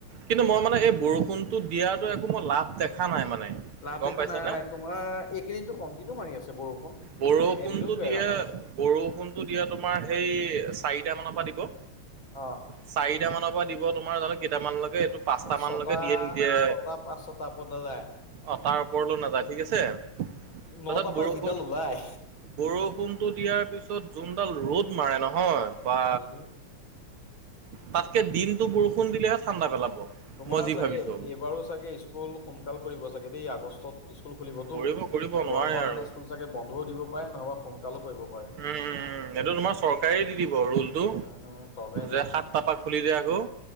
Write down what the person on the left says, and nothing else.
লাভ
দেখা
নাই তোমাৰ এইকেইদিনো কণ্টিনিউ মাৰি আছে বৰষুণ।
এদিনোতো
এৰা নাই
অ'।
ছটা
ছটা পাঁচ ছটা ওপৰত নাযায়।
নটাৰ পৰা
যিডাল ওলাই
এ
তোমাৰ
চাগে
এ এইবাৰো চাগে স্কুল সোনকাল কৰিব চাগে দেই আগষ্টত স্কুল খুলিবতো,
গৰমৰ
কাৰণে স্কুল চাগে বন্ধওঁ দিব পাৰে নহ'বা সোণকালেই কৰিব পাৰে।
উম উম চৰকাৰে দিব।